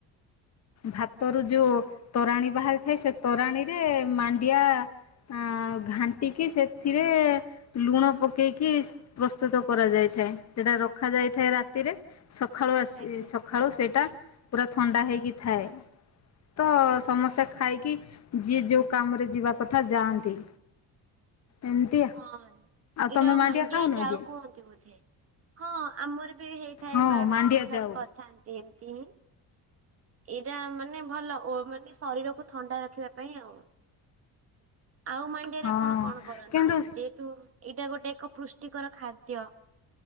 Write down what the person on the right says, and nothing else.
ଆଜ୍ଞା
ଆଚ୍ଛା।
ହଁ ଏଇଟା
ଆଉ ମାଣ୍ଡିଆ
ଯାଉ
କୁହନ୍ତି ବୋଧେ ହଁ ଆମର ବି ହେଇ ଥାଏ
ମା
ବି ଥରେ ଥରେ
କରିଥାନ୍ତି ଏମିତି ହିଁ। ଏଇଟା ମାନେ ଭଲ ଓ ମାନେ ଶରୀରକୁ ଥଣ୍ଡା ରଖିବା ପାଇଁ ଆଉ। ଆଉ ମାଣ୍ଡିଆରେ
ଆପଣ କଣ କରନ୍ତି
ଯେହେତୁ ଏଇଟା ଗୋଟେ ଏକ ପୃଷ୍ଟିକର ଖାଦ୍ୟ